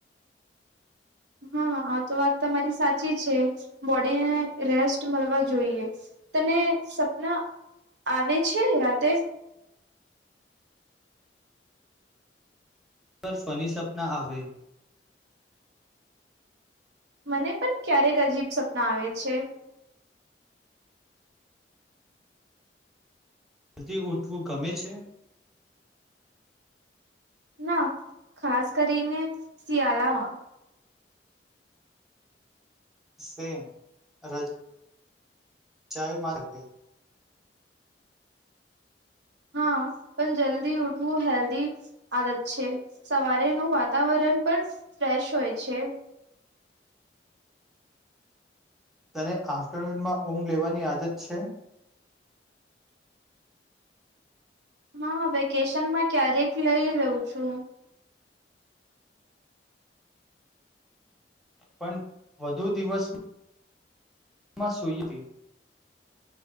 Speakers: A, on the right; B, in the centre.
A: હા આ તો વાત તમારી સાચી છે. બોડીને રેસ્ટ મલવો જોઈએ. તને સપના આવે છે, રાતે
B: પર ફની સપના આવે
A: મને પણ ક્યારેક અજીબ સપના આવે છે.
B: થી ઉઠવું ગમે છે.
A: ના ખાસ કરીને શિયાલામા
B: સેમ રજ ચાય માર્કે
A: હા પણ જલ્દી ઉઠવું હેલ્ધી આદત છે, સવારેનુ વાતાવરણ પણ ફ્રેશ હોય છે.
B: તને આફ્ટરનૂનમાં ઊંઘ લેવાની આદત છે.
A: હા વેકેશનમાં ક્યારેક લઈ રવ છુ.
B: પણ વધુ દિવસ મા સુઈ તી